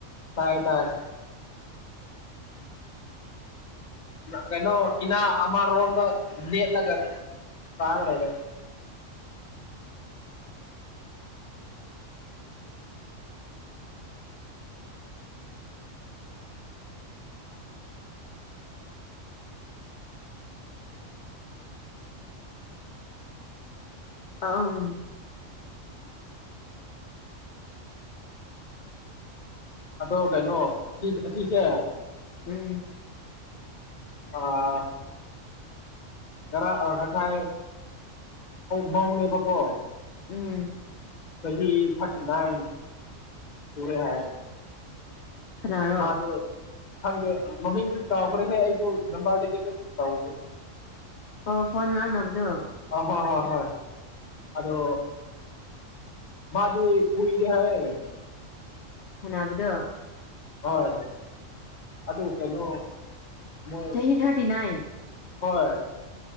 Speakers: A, on the left (about 35°); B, on the left (about 65°).
A: ꯇꯥꯏ ꯇꯥꯏ ꯀꯩꯅꯣ ꯏꯅꯥ ꯑꯥꯡ ꯔꯣꯟꯗ ꯅ ꯂ ꯆꯥꯒꯗꯥꯎꯂꯦ
B: ꯑꯥꯎ
A: ꯑꯗꯣ ꯀꯩꯅꯣ ꯑꯁꯤꯁꯦ
B: ꯎꯝ
A: ꯑ ꯔ ꯉꯁꯥꯏ ꯃꯧꯅꯦꯕꯀꯣ
B: ꯎꯝ꯫
A: ꯀ ꯆꯍꯤ ꯐꯏ ꯄꯔꯦ ꯍꯥꯏ
B: ꯀꯅꯥꯔꯣ
A: ꯃꯥꯗꯣ ꯈꯪꯗꯦ ꯃꯃꯤꯡꯗꯨ ꯀꯥꯎꯈ꯭ꯔꯦꯍꯦ ꯑꯩꯁꯨ ꯅꯝꯕꯔꯗꯒꯤ ꯑꯗꯨꯝ ꯇꯧꯒꯦ꯫
B: ꯑꯣ ꯐꯣꯟ ꯉꯥꯡꯅꯕꯗꯣ
A: ꯑ ꯍꯣꯏ ꯍꯣꯏ ꯍꯣꯏ ꯑꯗꯣ꯫ ꯃꯥꯗꯤ ꯀꯨꯏꯔꯦ ꯍꯥꯏꯌꯦ꯫
B: ꯁꯅꯥꯕꯗꯣ
A: ꯍꯣꯏ ꯑꯗꯨ ꯀꯩꯅꯣ꯫ ꯃꯣꯏ
B: ꯆꯍꯤ ꯊꯥꯔꯇꯤ ꯅꯥꯏꯟ꯫
A: ꯍꯣꯏ